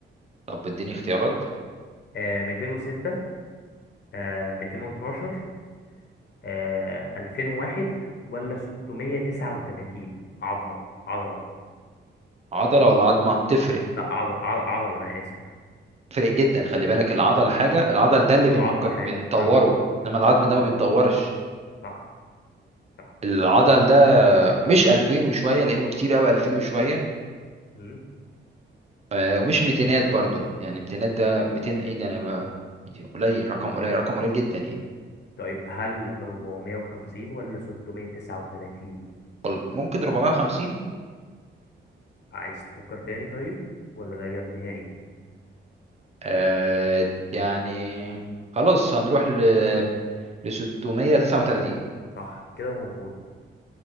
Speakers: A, on the right; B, on the left.
A: طب اديني اختيارات
B: آه 206 آه 212 آه 2001 ولا 639 عظمة عضلة
A: عضلة ولا عظمة تفرق
B: لا عض... عض... عضلة أنا آسف
A: تفرق جدا خلي بالك العضل حاجة العضل ده اللي
B: والعظمة
A: بن...
B: حاجة
A: بنطوره
B: فاهمك
A: انما العظم ده
B: اه
A: ما بيتطورش
B: صح صح
A: العضل ده مش 2000 وشوية لأنه كتير قوي 2000 وشوية
B: مم،
A: آه، ومش ميتينات
B: ماشي
A: برضو يعني ميتينات ده ميتين ايه ده انا بقى قليل رقم قليل رقم قليل جدا يعني
B: طيب هل 450 ولا 639
A: وال- ممكن 450
B: عايز تفكر تاني طيب ولا ده إجابة نهائي
A: آه يعني خلاص هنروح ل ل 639
B: صح كده مظبوط